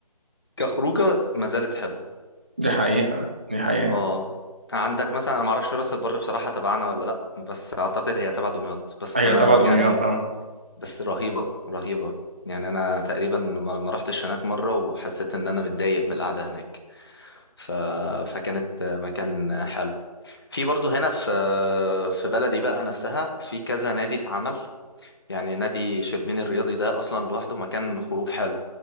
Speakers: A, on the left; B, on the right.
A: كخروجة ما زالت حلوة
B: دي حقيقه دي حقيقه
A: اه عندك مثلا انا معرفش راس البر بصراحة تبعنا ولا لأ بس اعتقد هي تبع دمياط بس
B: هي
A: ما
B: تبع
A: يعني
B: دمياط اه
A: بس رهيبة رهيبة يعني انا تقريبا ما ما رحتش هناك مرة وحسيت ان انا متضايق من القعدة هناك ف... فكانت مكان حلو في برضه هنا في في بلدي بقى نفسها في كذا نادي اتعمل يعني نادي شربين الرياضي ده اصلا لوحده مكان خروج حلو